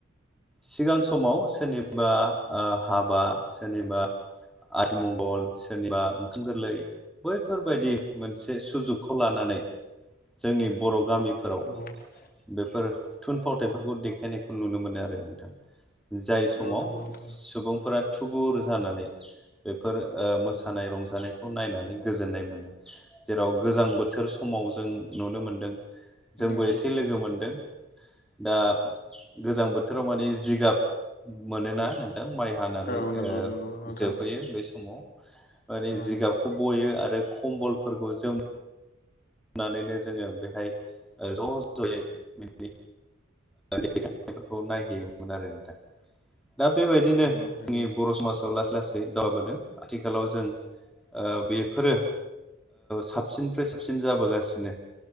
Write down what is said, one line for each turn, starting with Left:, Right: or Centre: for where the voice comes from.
Centre: सिगां समाव सोरनिबा हाबा सोरनिबा आथि मंगल सोरनिबा ओंखाम गोरलै बैफोरबायदि मोनसे सुजुगखौ लानानै जोंनि बर' गामिफोराव
Left: नंगौ औ
Centre: बेफोर थुनफावथायफोरखौ देखायनायखौ नुनो मोनो आरो नोंथां जाय समाव
Left: नंगौ नोंथां
Centre: सुबुंफोरा थुबुर जानानै बेफोर मोसानाय रंजानायखौ नायनानै गोजोननाय मोनो जेराव गोजां बोथोर समाव जों नुनो मोनदों जोंबो
Left: नंगौ
Centre: एसे
Left: औ
Centre: लोगो मोनदों दा गोजां बोथोर बोथोराव माने जिगाब मोनोना नोंथां माइ हानानै
Left: औ नंगौ नंगौ नोंथां
Centre: जोबहैयो बे समाव माने
Left: उम
Centre: जिगाबखौ बयो आरो खम्बलफोरखौ जोम होननानैनो जोङो बेहाय ज' ज'यै बि देखायनायफोरखौ नायहैयोमोन आरो नोंथां दा बेबायदिनो
Left: उम नंगौ
Centre: जोंनि बर' समाजाव लासै लासै दावगाबोदों आथिखालाव जों बेफोरो साबसिननिफ्राय साबसिन जाबोगासिनो